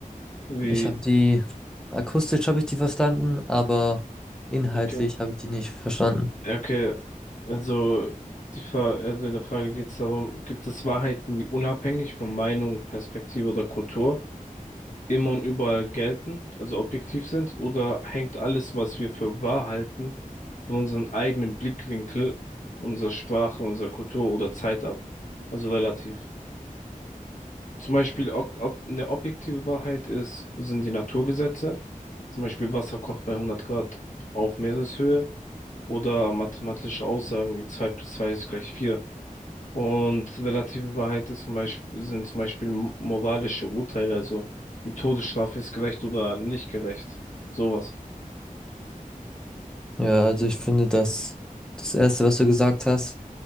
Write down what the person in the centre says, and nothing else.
ich habe die, akustisch habe ich die verstanden, aber inhaltlich
habe ich die nicht verstanden.
Ja, also ich finde, dass das Erste, was du gesagt hast,